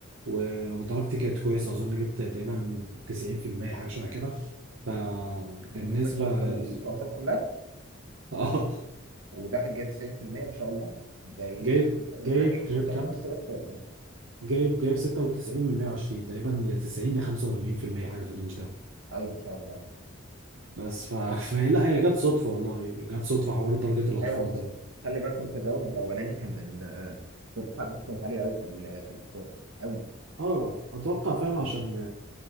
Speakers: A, on the right (about 65°); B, on the right (about 80°).
A: و- ودرجتي كانت كويسة أظن جبت تقريبا 90% حاجة شبه كده فبالنسبة
B: انت كنت مذاكر شابتر ونص
A: ل...
B: في الاطفال كلها
A: <laughs> آه
B: وداخل جايب 90% ان شاء الله ده ايه
A: جايب
B: ش- الامتحان
A: جايب
B: جايب شابتر
A: جايب
B: ونص
A: كام؟
B: بس ولا إيه؟
A: جايب جايب 96 من 120 تقريبا يا 90 يا 85% حاجة في الرينج ده
B: ايوه ان شاء الله
A: بس ف... <laughs> فهي لا هي جت صدفه والله جت صدفه حوار درجه الاطفال
B: ايوه انت
A: دي
B: خلي بالكم في الراوند الاولاني كان ال- الدفعه بتاعت عاليه قوي في ال- في الاقسام قوي
A: اه اتوقع فاهم عشان